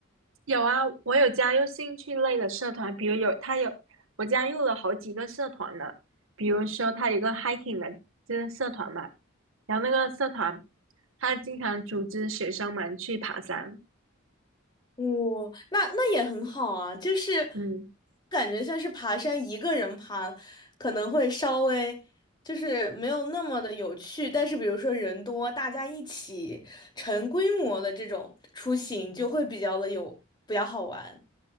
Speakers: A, on the right; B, on the left.
A: 有啊，我有加入兴趣类的社团，比如有他有我加入了好几个社团呢，比如说他有一个 hiking 的就是社团嘛，然后那个社团他经常组织学生们去爬山，
B: 哦，那那也很好啊，就是
A: 嗯。
B: 感觉像是爬山，一个人爬可能会稍微就是没有那么的有趣，但是比如说人多，大家一起成规模的这种出行，就会比较的有比较好玩。